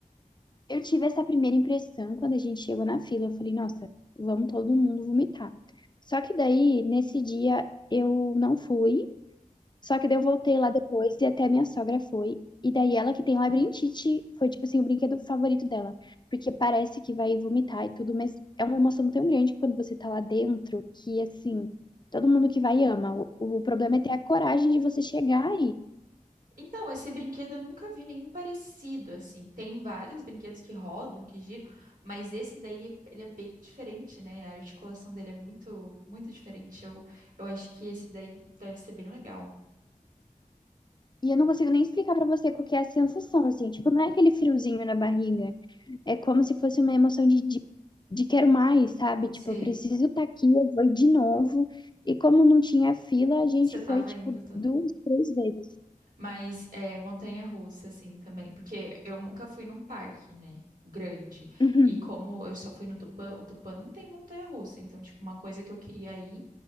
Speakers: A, on the left; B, on the right.
A: Eu tive essa primeira impressão quando a gente chegou na fila. Eu falei, nossa, vamos todo mundo vomitar. Só que daí, nesse dia, eu não fui. Só que daí eu voltei lá depois e até minha sogra foi. E daí ela que tem labirintite foi, tipo assim, o brinquedo favorito dela. Porque parece que vai vomitar e tudo, mas é uma emoção tão grande quando você tá lá dentro que, assim, todo mundo que vai ama. O, o problema é ter a coragem de você chegar
B: Então, esse brinquedo eu nunca vi nenhum parecido, assim. Tem vários brinquedos que rodam, que giram, mas esse daí, ele é bem diferente, né? A articulação dele é muito, muito diferente. Eu, eu acho que esse daí deve ser bem legal.
A: E eu não consigo nem explicar pra você qual que é a sensação, assim. Tipo, não é aquele friozinho na barriga. É como se fosse uma emoção de, de, de quero mais, sabe? Tipo,
B: Sei,
A: eu preciso estar aqui, eu vou de novo. E como não tinha fila, a gente
B: você tava
A: foi, tipo,
B: indo tanto.
A: duas, três vezes.
B: Mas é montanha-russa, assim, também, porque eu nunca fui num parque, né? Grande.
A: Uhum.
B: E como eu só fui no Tupã, o Tupã não tem montanha-russa. Então, tipo, uma coisa que eu queria ir